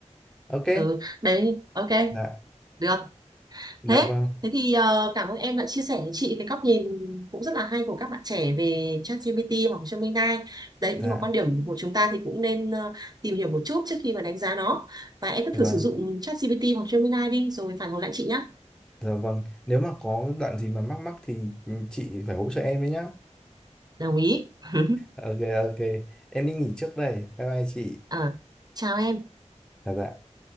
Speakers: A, in the centre; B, on the right.
A: Ok,
B: ừ. đấy ok
A: dạ,
B: được
A: dạ
B: thế
A: vâng,
B: thế thì ờ, cảm ơn em đã chia sẻ cho chị cái góc nhìn cũng rất là hay của các bạn trẻ về ChatGPT hoặc Gemini đấy
A: dạ,
B: nhưng mà quan điểm của chúng ta thì cũng nên ờ, tìm hiểu một chút trước khi mà đánh giá nó và em cứ
A: dạ
B: thử
A: vâng,
B: sử dụng ChatGPT hoặc Gemini đi rồi phản hồi lại chị nhé
A: dạ vâng. Nếu mà có đoạn gì mà mắc mắc thì chị phải hỗ trợ em đấy nhá.
B: đồng ý <laughs>
A: Ok, ok, em đi nghỉ trước đây. Bye bye chị.
B: Ờ, chào em
A: Dạ dạ.